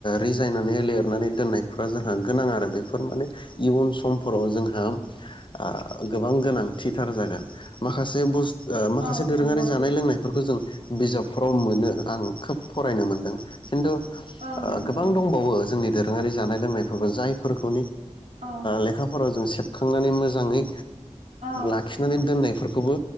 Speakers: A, on the left; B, on the right.
A: रि। जायनानै लिरनानै दोननायफ्रा जोंहा गोनां आरो बेफोर माने इयुन समफोराव जोंहा आ गोबां गोनांथिथार जागोन माखासे बुु माखासे
B: औ
A: दोरोङारि
B: नंगौ
A: जानाय लोंनायफोरखौ जों। बिजाबफ्राव मोनो आं खोब फरायनो मोनदों। खिन्थु
B: औ
A: ओ
B: नंगौ
A: गोबांं दबावो जोंनि दोरोंआरि। दोरोङारि जानाय लोंनायफोरखौ जायफोरखौ
B: औ
A: लेखाफोराव जों सेेबखांनानै मोजाङै
B: औ
A: लाखिनानै दोननायफोर खौबो,